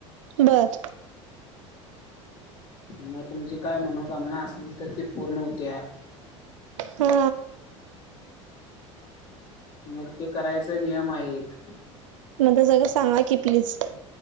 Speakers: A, on the right; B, on the left.
A: बर...
B: मग तुमची काय मनोकामना असली तर ते पूर्ण होते.
A: हो...
B: मग ते करायचा नियम आहेत.
A: म त सगळं सांगा की प्लीज.